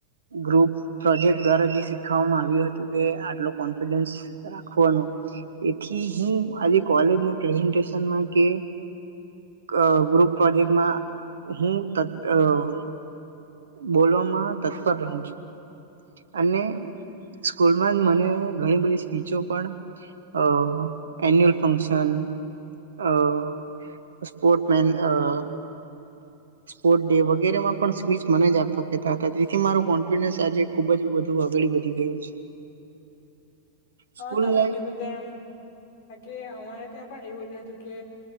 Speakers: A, on the right; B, on the left.
A: ગ્રુપ પ્રોજેક્ટ દ્વારા જે શીખવામાં આવ્યું હતું કે આટલો કોન્ફિડન્સ રાખવાનો એથી હું આજે કોલેજનું પ્રેઝેશનમાં કે ગ ગ્રુપ પ્રોજેક્ટમાં હું તત અહ બોલવામાં તત્પર રહું છું. અને સ્કૂલમાં જ મને ઘણી બધી સ્પીચો પણ અહ એન્યુઅલ ફંક્શન, અહ સ્પોર્ટ મેન અહ સ્પોર્ટ ડે વગેરેમાં પણ સ્પીચ મને જ આપતા કતા હતા તેથી મારો કોન્ફિડન્સ આજે ખુબ જ વધુ આગળ વધી ગયો છે.
B: હા
A: સ્કૂલ
B: તમે
A: લાઈફ
B: કીધું તેમ બાકી અમારે ત્યા પણ એવય હતુ કે